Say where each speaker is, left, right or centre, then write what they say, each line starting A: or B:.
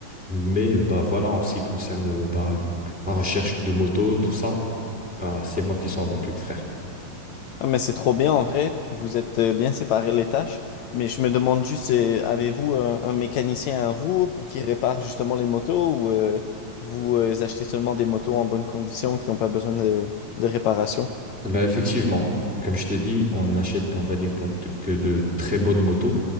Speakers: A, in the centre; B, on the left (about 80°).
A: Mais euh, bah voilà, en ce qui concerne euh, bah, la recherche de moto, tout ça, bah c'est moi qui s'en occupe, frère.
B: Ah, mais c'est trop bien en vrai. Vous êtes euh, bien séparés les tâches. Mais je me demande juste, euh, avez-vous un, un mécanicien à vous pour qu'il répare justement les motos ou euh, vous euh, achetez seulement des motos en bonne condition qui n'ont pas besoin de, de réparation?
A: Bah, effectivement, comme je t'ai dit, on n'achète, on va dire, pas de- que de très bonnes motos.